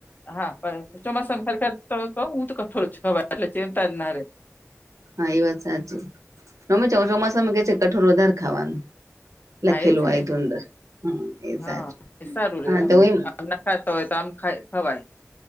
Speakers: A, on the left (about 35°); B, on the right (about 80°).
A: હા ચોમાસા સરખ તો કઉ તો કઠોર જ ખવાય એટલે ચિંતા જ ના રે
B: હા એ વાત સાચી અમે ચોમાસામાં કે છે કઠોર વધારે ખાવાનું લખેલું
A: હા એ જ
B: આય
A: ને
B: તું અંદર હમ એ
A: હા
B: સાચું
A: એ સારું
B: હા
A: રહે
B: તો
A: અમે
B: એમ
A: આમ ના ખાતા હોય તો આમ ખાય ખવાય